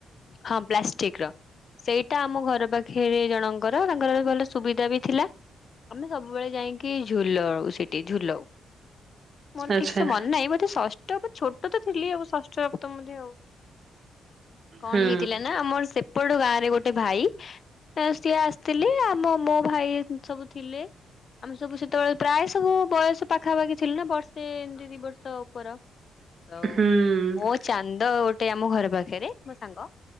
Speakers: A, on the left; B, on the right.
A: ହଁ ପ୍ଲାଷ୍ଟିକ ର ସେଇଟା ଆମ ଘର ପାଖରେ ଜଣଙ୍କର ତାଙ୍କର ଭଲ ସୁବିଧା ବି ଥିଲା ଆମେ ସବୁବେଳେ ଯାଇଁକି ଝୁଲଉ ସେଠି ଝୁଲଉ ମୋର
B: ଆଚ୍ଛା
A: ଠିକ ସେ ମନେ ନାହିଁ ବୋଧେ ଷଷ୍ଠ ବା ଛୋଟ ତ ଥିଲି ଅବଶ୍ <unintelligible> କଣ
B: ହୁଁ
A: ହେଇଥିଲା ନା ଆମର ସେ ପଟ ଗାଁରେ ଗୋଟେ ଭାଇ ସିଏ ଆସିଥିଲେ ଆମ ମୋ ଭାଇ ସବୁ ଥିଲେ। ଆମେ ସବୁ ସେତେବେଳେ ପ୍ରାୟ ସବୁ ବୟସ ପାଖାପାଖି ଥିଲୁ ନା ବର୍ଷେ ଏମତି ଦି ବର୍ଷ ଉପର ତ
B: ହୁଁ
A: ମୋ ଚାନ୍ଦ ଗୋଟେ ଆମ ଘର ପାଖରେ ମୋ ସାଙ୍ଗ